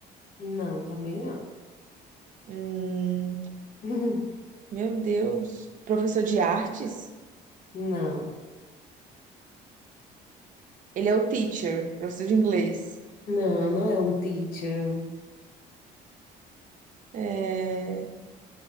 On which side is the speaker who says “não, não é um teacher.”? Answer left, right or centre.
Left